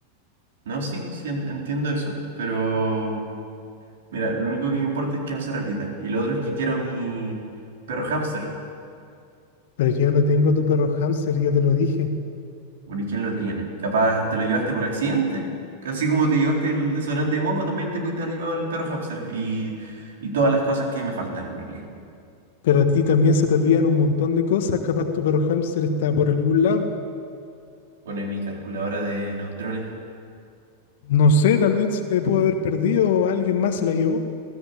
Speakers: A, on the right; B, on the left.
A: No, sí, sí, en- entiendo eso. Pero mira, lo único que me importa es que no se repita. Y lo otro es que quiero a mi perro hámster.
B: Pero yo no tengo tu perro hámster, ya te lo dije.
A: Bueno, ¿y quién lo tiene? Capaz te lo llevaste por accidente. Casi como te llevaste el desodorante de moco, también te pudiste haber llevado el perro hámster. Y, y todas las cosas que me faltan en realidad.
B: Pero a ti también se te olvidan un montón de cosas, capaz tu perro hámster está por algún lado.
A: Bueno, y mi calculadora de neutrones.
B: No sé, tal vez se te pudo haber perdido, alguien más se la llevó